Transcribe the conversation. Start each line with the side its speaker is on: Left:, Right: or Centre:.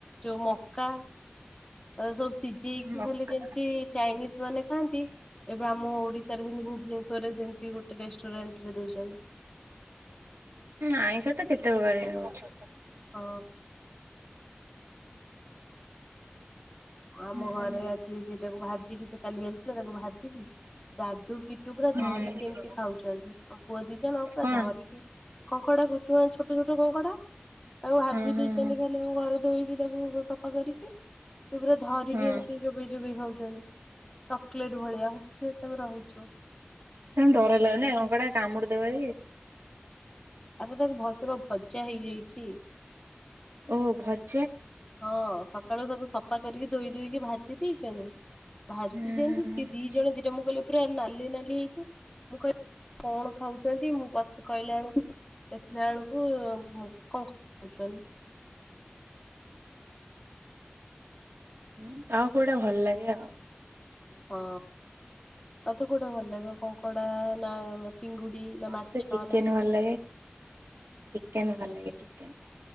Left: ଯୋଉ ମୌକା ଆସ। ସିଝେଇକି
Right: ମକା
Left: ଖଲି ଯେମତି ଚାଇନିଜ ମାନେ ଖାଆନ୍ତି। ଏବେ ଆମ ଓଡିଶାରେ ସେମ ଭୁବନେଶ୍ୱରରେ ସେମତି ଗୋଟେ ରେଷ୍ଟୁରାଣ୍ଟ ରେ ଦଉଛନ୍ତି।
Right: ଆଇଁଷ ତ କେତେ ପ୍ରକାର ହଉଛି।
Left: ହଁ। ଆମ
Right: ହୁଁ
Left: ଘରେ ଆସି ସେଇଟାକୁ ଭାଜିକି ସେ କାଲି ଆଣିିଲ ତାକୁ ଭାଜିଲି ଡାଡୁ କି। ପୁରା
Right: ହୁଁ
Left: ଧରିକି ଏମିତି ଖାଉଛନ୍ତି ଆଉ ପୁଅ ଦିଜଣ ପୁରା
Right: କଣ
Left: ଧରିକି। କଙ୍କଡା କୁଛି ଛୋଟ ଛୋଟ କଙ୍କଡା। ତାକୁ ହାଜି
Right: ହଁ ହଁ
Left: ଦେଇଛନ୍ତି
Right: ହଁ
Left: ଖାଲି ଆମ ଘରେ ଧୋଇକି ତାକୁ ସଫା କରି। ସେ ପୁରା ଧରିକି
Right: ହଁ
Left: ଏମିତି ଚୋବେଇ ଚୋବାଇ ଖାଉଛନ୍ତି। ଚକୋଲେଟ ଭଳିଆ ହସି ସବୁ ରହିଛୁ।
Right: ତମେ ଡର ହେଲା କଡା କାମୁଡିଦବ।
Left: ଆରେ ତାକୁ ଭସ ଭଜା ହେଇଯାଇଛି।
Right: ଓ ଭତ।
Left: ହଁ ସକାଳୁ ସବୁ ସଫା କରିକି ଧୋଇ ଦୋଇକି ଭାଜି ଦେଇଛନ୍ତି। ଭାଜି
Right: ହୁଁ
Left: ଯେମିତି
Right: ହୁଁ
Left: ଜଣ ଦଟ ମୁଁ କହିଲି ପୁରା ନାଲି ନାଲି ହେଇଛି ମୁଁ କହିଲି। କଣ ଖାଉଛନ୍ତି ମୁଁ କହିଲା ବେଳକୁ ଦେଖିଲା ବେଳକୁ। କଣ କଣ କହୁନ୍।
Right: ହୁଁ ଆଉ କୋଉଟା ଭଲ ଲାଗେ ଆଉ।
Left: ହଁ ତତେ କୋଉଟା ଭଲ ଲାଗିବ କଙ୍କଡା। ଚିଙ୍ଗୁଡି ନା
Right: ମତେ
Left: ମାଛ
Right: ଚିକେନ
Left: ନା
Right: ଭଲ ଲାଗେ ଚିକେନ ଭଲ ଲାଗେନି।